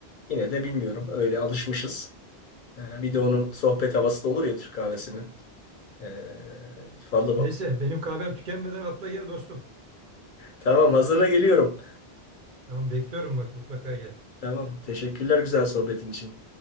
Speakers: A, on the left; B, on the right.
A: Yine de bilmiyorum. Öyle alışmışız. Ee, bir de onun sohbet havası da olur ya Türk kahvesinin. Ee, fazla...
B: Neyse benim kahvem tükenmeden atla gel dostum.
A: Tamam hazırla geliyorum.
B: Tamam bekliyorum bak mutlaka gel.
A: Tamam. Teşekkürler güzel sohbetin için.